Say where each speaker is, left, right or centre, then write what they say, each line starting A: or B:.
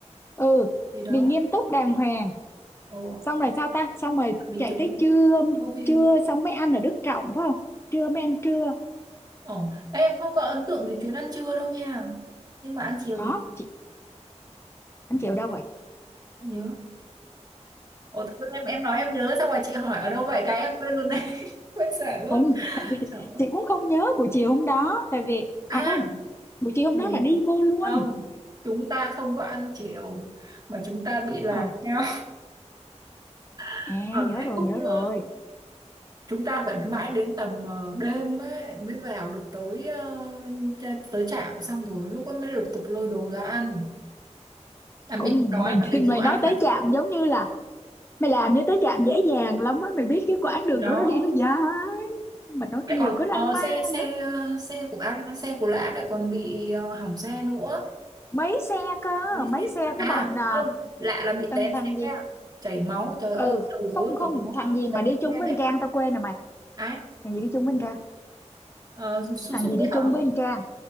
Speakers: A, on the left; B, on the right.
A: ừ
B: gì đó
A: mình nghiêm túc đàng hoàng
B: ồ
A: xong rồi sao ta xong rồi
B: bị
A: chạy
B: chụp
A: tới
B: luôn
A: trưa
B: câu view
A: trưa xong mới ăn ở Đức Trọng phải không trưa mới ăn trưa
B: Ồ, em không có ấn tượng về chuyến ăn trưa đâu nha. Nhưng mà ăn chiều
A: có
B: thì
A: chị ăn chiều đâu vậy
B: không nhớ. Ồ, tự dưng em em nói em nhớ xong rồi chị hỏi ở đâu vậy cái em quên luôn đấy. <laughs> Quên sảng luôn.
A: không <laughs> tại vì
B: Trời ơi.
A: chị cũng không nhớ buổi chiều hôm đó tại vì
B: À,
A: à không buổi chiều hôm
B: mình
A: đó là đi vô luôn
B: không. Chúng ta không có ăn chiều mà chúng ta bị lạc
A: ờ
B: nhau. <laughs>
A: à
B: Ở
A: nhớ
B: cái
A: rồi
B: khúc
A: nhớ
B: ờ,
A: rồi
B: chúng ta phải mãi đến tầm ờ, đêm ấy, mới vào được tới ờ, ch- tới trạm xong rồi lúc ấy mới lục tục lôi đồ ra ăn. Là
A: không
B: mình đói
A: mình
B: là
A: <laughs>
B: mình chỉ
A: mày
B: có
A: nói
B: ăn
A: tới
B: hạt
A: chạm
B: thôi.
A: giống như là mày làm như tới trạm dễ dàng lắm á mày biết cái quãng đường
B: Thì Đó
A: đó nó đi nó dài mà nó
B: lại
A: nhiều
B: còn
A: cái
B: ờ,
A: drama
B: xe xe
A: nữa
B: ờ, xe của ai xe của lạ lại còn bị ờ, hỏng xe nữa
A: mấy xe cơ
B: Lấy
A: mấy
B: xe-
A: xe
B: à
A: cái bọn à,
B: không lạ là bị
A: thằng
B: té
A: thằng
B: xe
A: gì
B: chảy máu trời ơi
A: ừ
B: cái đầu
A: không
B: gối
A: không
B: của nó
A: thằng gì mà đi chung
B: be
A: với
B: bét
A: anh Trang
B: luôn
A: tao quên rồi mày
B: ai
A: thằng gì đi chung với anh Trang
B: ờ, su
A: thằng
B: su
A: gì
B: ấy
A: đi
B: hả
A: chung với anh Trang